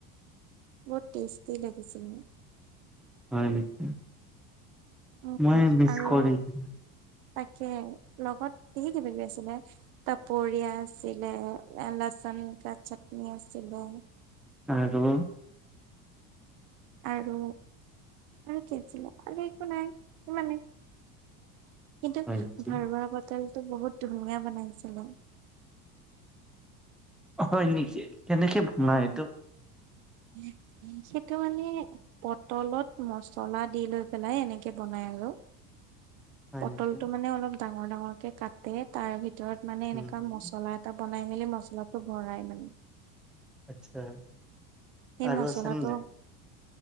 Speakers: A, on the right (about 70°); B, in the centre.
A: বহুত টেষ্টি লাগেছিল।
B: <unintelligible>
A: উম
B: মই মিছ
A: আৰু
B: কৰি দিলো।
A: তাকে লগত ধেই কিবা-কিবি আছিলে। তপৰীয়া আছিলে লচুন কা চাটনি আছিলে।
B: আৰু
A: আৰু আৰু কি আছিলে? আৰু একো নাই ইমানেই। কিন্তু
B: হয় নেকি
A: ভৰোৱা বটল টো বহুত ধুনীয়া বনাইছিলে।
B: হয় নেকি? কেনেকে বনাই
A: উম।
B: এইটো?
A: <inaudible> সেইটো মানে পটলত মচলা দি লৈ পেলাই এনেকে বনাই আৰু।
B: হয়
A: পটলটো
B: নেকি
A: মানে অলপ ডাঙৰ ডাঙৰ কে কাটে তাৰ ভিতৰত মানে এনেকুৱা
B: উম
A: মচলা এটা বনাই মেলি মছলাটো ভৰাই মানে।
B: আচ্ছা।
A: সেই
B: আৰু
A: মচলাটো
B: আছে নে নাই